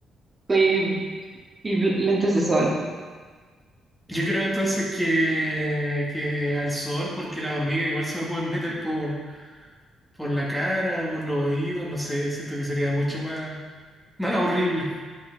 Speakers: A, on the right; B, in the centre.
A: con- Y, y bl- lentes de sol.
B: Yo creo entonces que, que al sol, porque las hormigas igual se me pueden meter por, por la cara o por los oídos, no sé, siento que sería mucho más, más horrible.